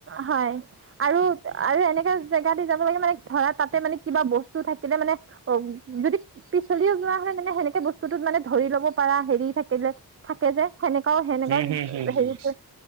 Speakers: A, on the right; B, on the right.
A: হয় আৰু আৰু এনেকা জেগা দি যাব লাগে মানে ধৰা তাতে মানে কিবা বস্তু থাকিলে মানে অ যদি পিছলিও যোৱা হয় মানে হেনেকে বস্তুটোত মানে ধৰি লব পাৰা হেৰি থাকিলে থাকে যে হেনেকাও হেনেকাও
B: হম হম হম হম
A: হেৰি